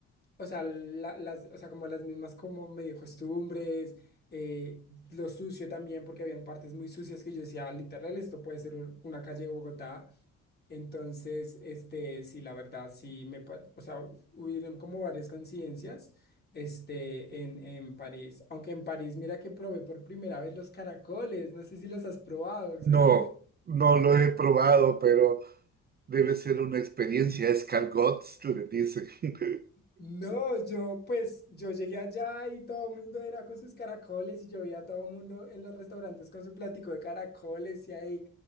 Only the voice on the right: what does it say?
No,
no lo he probado, pero debe ser una experiencia. Escargots, le dicen. <laughs>